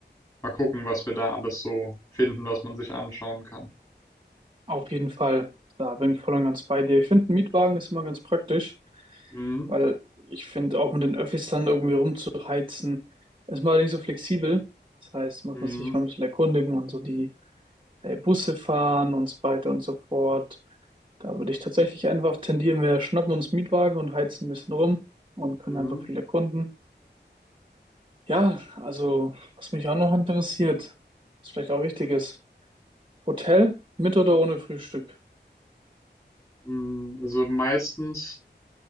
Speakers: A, on the left; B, on the right.
A: mal gucken, was wir da alles so finden, was man sich anschauen kann.
B: auf jeden Fall. Da bin ich voll und ganz bei dir. Ich finde, ein Mietwagen ist immer ganz praktisch,
A: Mhm.
B: weil ich finde, auch mit den Öffis dann irgendwie rumzuheizen, ist mal nicht so flexibel. Das heißt, man
A: Mhm.
B: muss sich mal ein bisschen erkundigen und so die äh, Busse fahren und so weiter und so fort. Da würde ich tatsächlich einfach tendieren, wir schnappen uns Mietwagen und heizen ein bisschen rum und können
A: Mhm.
B: einfach viele Kunden. Ja, also was mich auch noch interessiert, was vielleicht auch wichtig ist, Hotel mit oder ohne Frühstück?
A: Mhm. Also meistens.